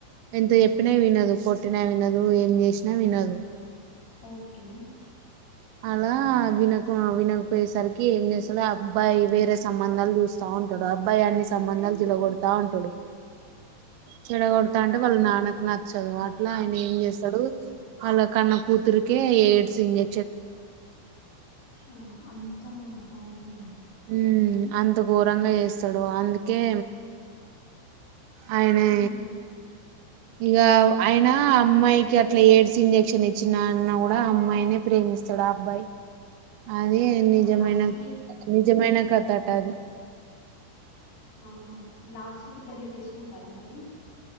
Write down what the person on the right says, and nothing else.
ఎంత చెప్పినా వినదు కొట్టినా వినదు ఏం చేసినా వినదు
అలా వినకు వినకపోయేసరికి ఏం చేస్తడు ఆ అబ్బాయి వేరే సంబంధాలు చూస్తా ఉంటడు ఆ అబ్బాయి అన్ని సంబంధాలు చెడగొడతా ఉంటడు చెడ గొడతా అంటే వాళ్ళ నాన్నకు నచ్చదు అట్లా ఆయన ఏం చేస్తడు అలా కన్న కూతురుకే ఎయిడ్స్ ఇంజె
ఊ అంత ఘోరంగా చేస్తడు అందుకే ఆయనే
ఇగా ఆయన అమ్మాయికి అట్లా ఎయిడ్స్ ఇంజక్షన్ ఇచ్చిన అన్న కూడా అమ్మాయినే ప్రేమిస్తాడు ఆ అబ్బాయి. అది నిజమైన
నిజమైన కథట అది